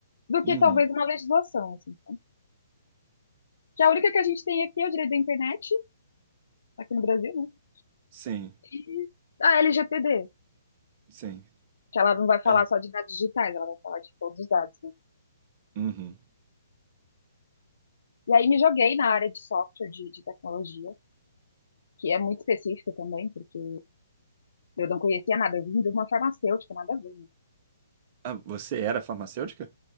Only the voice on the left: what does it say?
do que
talvez uma legislação, assim, sabe? Que a única que a gente tem aqui é o direito da internet, aqui no Brasil, né?
E a LGPD,
que ela não vai falar
só de dados digitais, ela vai falar de todos os dados, né?
E aí me joguei na área de software, de, de tecnologia, que é muito específica também, porque eu não conhecia nada, eu vim de uma farmacêutica, nada a ver, né?